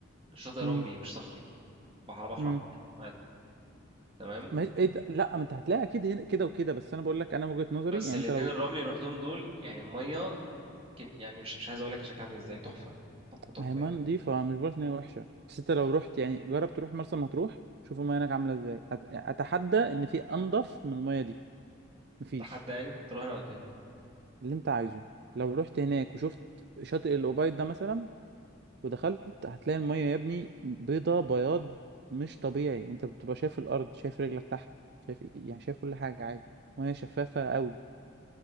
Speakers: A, on the right (about 25°); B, on the right (about 50°).
A: شاطئ رملي
B: امم
A: مش صخري بحر بحر
B: امم
A: أحمر عادي تمام
B: ما هي... ايه ده؟ لا ما انت هتلاقي اكيد هنا كده وكده بس انا بقول لك انا وجهة نظري
A: بس
B: يعني
A: الاتنين
B: انت لو
A: الرملي اللي رحتهم دول يعني المية كم يعني مش مش عايز اقول لك الشكل عامل ازاي تحفه تحفه تحفه
B: ما هي ميه
A: يعني
B: نضيفه مش بقولك ان هي وحشه بس انت لو رحت يعني جرب تروح مرسى مطروح شوف الميه هناك عامله ازاي أت... اتحدى ان في انضف من الميه دي مفيش
A: تحدى يعني تراهن على كام
B: اللي انت عايزه لو رحت هناك وشفت شاطئ الأوبايد ده مثلا ودخلت هتلاقي المية يا ابني بيضة بياض مش طبيعي انت بتبقى شايف الأرض شايف رجلك تحت شايف ايه يعني شايف كل حاجة عادي مية شفافة قوي